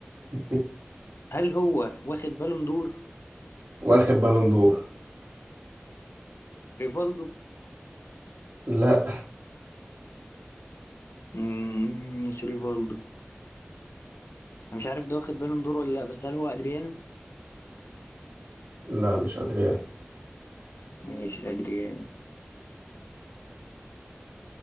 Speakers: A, on the right (about 60°); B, on the left (about 70°).
A: <laughs>
B: هل هو واخد بالون دور
A: واخد بالون دور
B: ريفالدو
A: لا
B: مم، مش ريفالدو انا مش عارف ده واخد بالون دور ولا لا بس هل هو ادريانو
A: لا مش أدريان
B: ماشي ادريانو